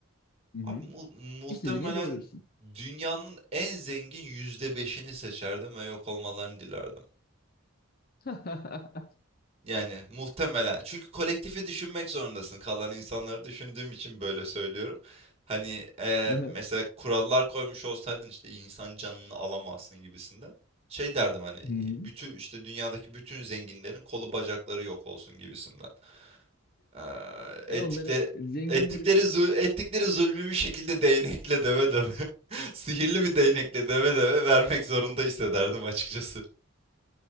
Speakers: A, on the left; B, on the right.
A: hı hı.
B: abi mu- muhtemelen
A: İstediğini yapabilirsin.
B: dünyanın en zengin yüzde beşini seçerdim ve yok olmalarını dilerdim.
A: <laughs>
B: Yani muhtemelen. Çünkü kolektifi düşünmek zorundasın. Kalan insanları düşündüğüm için böyle söylüyorum. Hani eee,
A: Hı
B: mesela kurallar koymuş olsaydın işte insan canını alamazsın gibisinde. Şey derdim hani
A: hı.
B: bütün işte dünyadaki bütün zenginlerin kolu bacakları yok olsun gibisinden. Eee
A: E
B: ettikle,
A: onları zenginlerin
B: ettikleri zul- ettikleri zulmü bir şekilde değnekle döve döve. <laughs> Sihirli bir değnekle döve döve vermek zorunda hissederdim açıkçası.